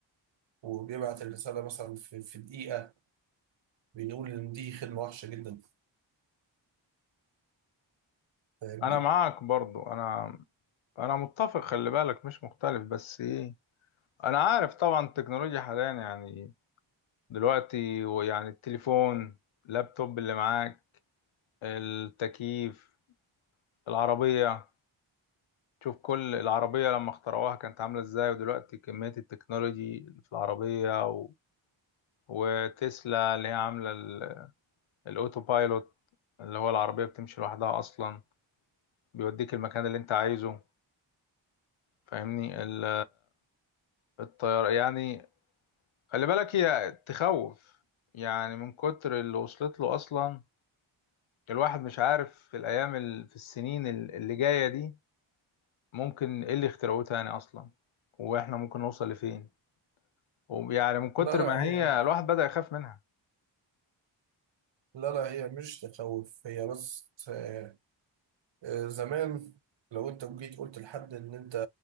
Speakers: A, on the right; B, on the left.
A: وبيبعت الرسالة مثلا في, في دقيقة بنقول إن دي خدمة وحشة جدا فاهمني؟
B: أنا معاك برضو أنا أنا متفق خلي بالك مش مختلف بس إيه انا عارف طبعا التكنولوجيا حاليا يعني دلوقتي ويعني التليفون اللابتوب اللي معاك التكييف العربية شوف كل العربية لما اخترعوها كانت عاملة ازاي ودلوقتي كمية التكنولوجي في العربية و... وتسلا اللي هي عاملة ال- الاوتو بايلوت اللي هو العربية بتمشي لوحدها اصلا بيوديك المكان اللي انت عايزه فاهمني ال- الطيارة يعني خلي بالك هي تخوف يعني من كتر اللي وصلت له اصلا الواحد مش عارف في الايام ال- في السنين ال- اللي جايه دي ممكن ايه اللي اخترعوه تاني اصلا واحنا ممكن نوصل لفين ويعني من كتر
A: لا لا
B: ما
A: هي
B: هي الواحد بدأ يخاف منها
A: لا لا هي مش تخوف هي بس آه، آه، زمان لو انت جيت قلت لحد ان انت